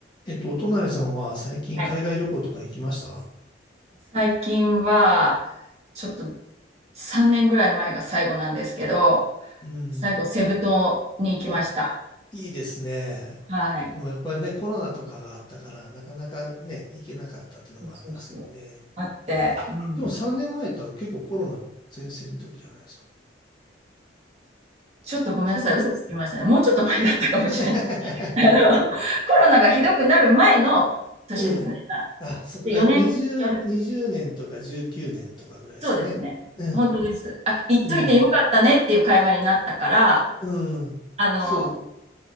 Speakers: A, on the left (about 25°); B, on the right (about 35°).
A: えっと、お隣さんは最近海外旅行とか行きました
B: はい。最近は、ちょっと3年ぐらい前が最後なんですけど、
A: うん。
B: 最後、セブ島に行きました。
A: お、いいですね。
B: はい。
A: でもやっぱりね、コロナとかがあったから、なかなかね、行けなかったっていうのもありますよね。
B: そうそうあって、うん。
A: でも3年前やったら結構コロナ前線の時じゃないですか。
B: ちょっとごめんなさい、
A: そうでも、
B: 嘘つきましたね。もうちょっと前だったかもしれない。
A: <laughs>
B: <laughs> あの、コロナがひどくなる前の年ですね。
A: うん。あ、そうだから20、
B: で4年、4
A: 年とか19年とかぐらいですかね。
B: そうですね。
A: うん、
B: 本当です。あ、行っといてよかったねっていう会話になったから、
A: うん、うん。
B: あの、
A: そう、